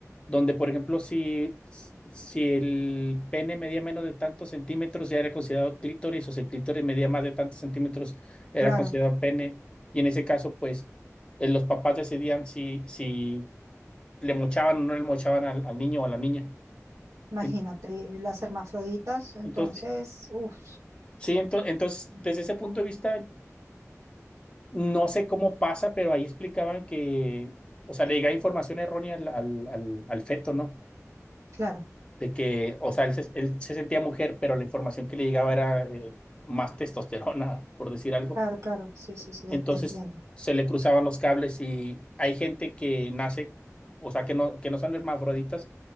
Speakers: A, on the left (about 20°); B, on the right (about 75°).
A: donde, por ejemplo, si, si el pene medía menos de tantos centímetros, ya era considerado clítoris, o si el clítoris medía más de tantos centímetros, era
B: claro.
A: considerado pene. Y en ese caso, pues, eh, los papás decidían si, si le mochaban o no le mochaban al, al niño o a la niña.
B: Imagínate,
A: En-
B: y las hermafroditas, entonces,
A: Entonces,
B: uff,
A: sí, ento- entonces, desde ese punto de vista No sé cómo pasa, pero ahí explicaban que, o sea, le llegaba información errónea al, al, al, al feto, ¿no?
B: claro.
A: De que, o sea, él se, él se sentía mujer, pero la información que le llegaba era eh, más testosterona, por decir algo.
B: Claro, claro, sí, sí, sí, te,
A: Entonces
B: te entiendo.
A: se le cruzaban los cables y hay gente que nace, o sea, que no, que no son hermafroditas,